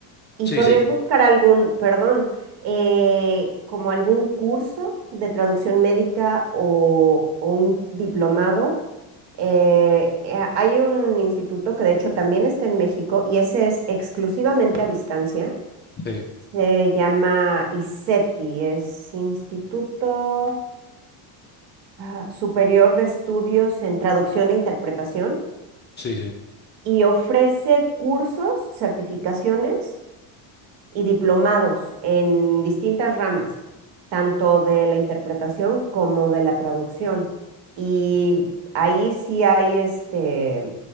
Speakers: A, on the right; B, on the left.
A: y
B: sí,
A: podrías
B: sí,
A: buscar algún, perdón, eh, como algún curso de traducción médica o, o un diplomado Eh, eh, hay un instituto que de hecho también está en México y ese es exclusivamente a distancia.
B: sí,
A: Se llama ISETI, es Instituto ah, Superior de Estudios en Traducción e Interpretación
B: sí, sí,
A: y ofrece cursos, certificaciones y diplomados en distintas ramas, tanto de la interpretación como de la traducción. Y ahí sí hay este,